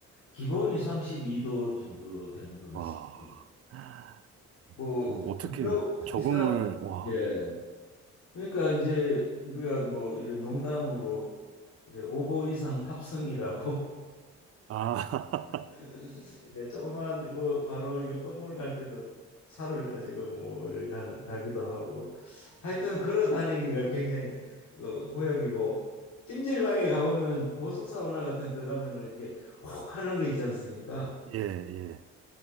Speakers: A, on the left; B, on the right.
A: 기본이 32도 정도 되는 것 같습니다.
B: 와, 아,
A: 뭐,
B: 어떻게
A: 그리고
B: 적응을,
A: 이 사람,
B: 와.
A: 예. 그러니까 이제 우리가 뭐 이런 농담으로 이제 오보 이상 탑승이라고
B: 아,
A: <laughs> 예, 조그만 뭐 바로 옆 건물 갈 때도 차를 가지고 뭐를 가, 가기도 하고 하여튼 걸어 다니기가 굉장히 어, 고역이고 찜질방에 가보면 보석 사우나 같은 데 가면은 이렇게 콕 하는 거 있지 않습니까?
B: <laughs> 예, 예.